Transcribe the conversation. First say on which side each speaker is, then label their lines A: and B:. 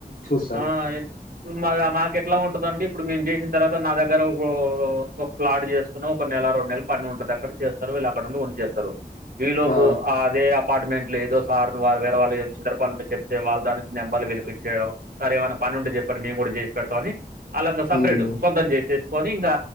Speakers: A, on the left; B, on the right.
A: చూస్తారు
B: ఆ ఇప్పుడు మాక్ మాకు ఎట్లా ఉంటదంటే ఇప్పుడు మేము చేసిన తర్వాత నా దగ్గర గొ ఒక ప్లాట్ చేస్తున్నాం ఒక నెలా రెండు నెల్పని ఉంటది అక్కడ చేస్తారు వీళ్ళు అక్కడ ఉండి వండి చేస్తారు ఈ లోపు
A: ఆ
B: అదే అప్ అపార్ట్మెంట్లు ఏదో సార్ వా వేరె వాళ్ళ చిల్లర్ పని ఉంటే చెప్తే వాళ్ళ దానికి నెంబర్లు వీళ్ళకిచ్చేడం సార్ ఏమైన ప పని ఉంటే చెప్పండి మేము కూడా జేసి పెడాతామని అలాంగ సపరేట్
A: హ్మ్
B: సొంతం చేసే కొని ఇంకా